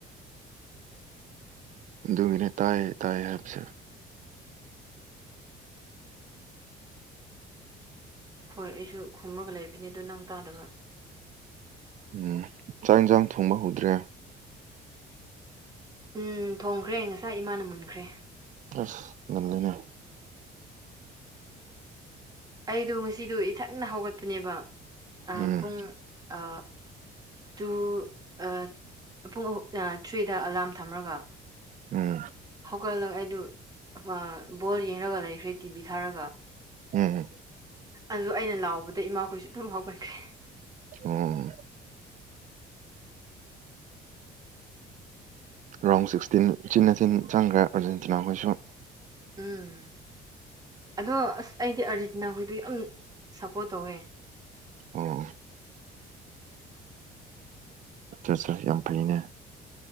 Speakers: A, on the right; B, on the right.
A: ꯑꯗꯨꯒꯤꯅꯦ ꯇꯥꯏ ꯇꯥꯏ ꯍꯥꯏꯕꯁꯦ
B: ꯍꯣꯏ ꯑꯩꯁꯨ ꯈꯨꯝꯃꯒ ꯂꯩꯕꯅꯤ ꯑꯗꯨ ꯅꯪ ꯇꯥꯗꯕ
A: ꯎꯝ ꯆꯥꯛ ꯏꯟꯁꯥꯡ ꯊꯣꯡꯕ ꯍꯧꯗ꯭ꯔꯦ
B: ꯎꯝ ꯊꯣꯡꯈ꯭ꯔꯦ ꯉꯁꯥꯏ ꯏꯃꯥꯅ ꯃꯨꯟꯈ꯭ꯔꯦ
A: ꯑꯁ ꯉꯜꯂꯤꯅꯦ
B: ꯑꯩꯗꯣ ꯉꯁꯤꯗꯣ ꯏꯊꯟꯅ ꯍꯧꯒꯠꯄꯅꯦꯕ ꯑꯥ
A: ꯎꯝ
B: ꯄꯨꯡ ꯑ ꯇꯨ ꯑꯥ ꯄꯨꯡ ꯑꯍꯨꯝ ꯊ꯭ꯔꯤꯗ ꯑꯂꯥꯝ ꯊꯝꯃꯒ
A: ꯎꯝ꯫
B: ꯍꯧꯒꯠꯂꯒ ꯑꯩꯗꯨ ꯑꯥ ꯕꯣꯜ ꯌꯦꯡꯉꯒ ꯂꯩꯈ꯭ꯔꯦ ꯇꯤꯚꯤ ꯊꯥꯔꯒ
A: ꯎꯝ꯫
B: ꯑꯗꯨ ꯑꯩꯅ ꯂꯥꯎꯕꯗ ꯏꯃꯥꯈꯣꯏꯁꯨ ꯑꯗꯨꯝ ꯍꯧꯒꯠꯈ꯭ꯔꯦ
A: ꯑꯣꯝ ꯔꯥꯎꯟ ꯁꯤꯛꯁꯇꯤꯟ ꯎꯆꯤꯟ ꯅꯆꯤꯟ ꯆꯪꯈ꯭ꯔꯦ ꯑꯥꯔꯖꯦꯟꯇꯤꯅꯥꯈꯣꯏꯁꯨ
B: ꯎꯝ ꯑꯗꯣ ꯑꯁ ꯑꯩꯗꯤ ꯑꯥꯔꯖꯦꯟꯇꯤꯅꯥ ꯍꯣꯏꯗꯣ ꯌꯥꯝ ꯁꯄꯣꯔꯠ ꯇꯧꯋꯦ
A: ꯑꯣ ꯑꯆꯥ ꯑꯆꯥ ꯌꯥꯝ ꯐꯩꯅꯦ